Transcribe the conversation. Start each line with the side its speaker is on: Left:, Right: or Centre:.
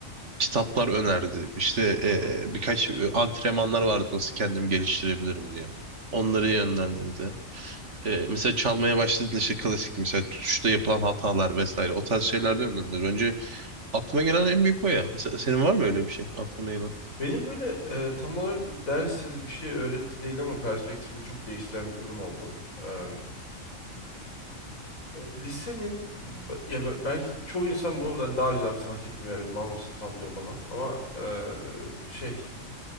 Right: kitaplar önerdi. İşte e,
Left: Hı hı.
Right: birkaç e, antrenmanlar vardı nasıl kendimi geliştirebilirim diye. Onları yönlendirdi. E, mesela çalmaya başladığında işte klasik mesela tutuşta yapılan hatalar vesaire o tarz şeyler de yönlendirdi. Bence aklıma gelen en büyük o ya. Mesela senin var mı öyle bir şey aklına gelen?
Left: Benim böyle e, tam olarak bir ders ya da bir şey öğretti değil ama perspektifimi çok değiştiren bir durum oldu. Eee, lisenin b- ya be- belki çoğu insan bunu ben daha önceden fark ettim ya mal mısın falan diyor bana ama eee, şey